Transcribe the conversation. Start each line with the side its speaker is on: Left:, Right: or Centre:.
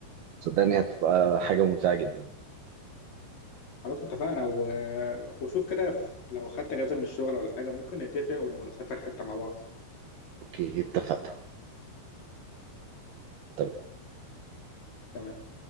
Right: صدقني هتبقى حاجة ممتعة جدا
Left: خلاص اتفقنا و... وشوف كده ف- لو اخدت اجازه من الشغل ولا حاجه ممكن نتفق ونبقى نسافر حته مع بعض
Right: أوكي اتفقنا تمام
Left: تمام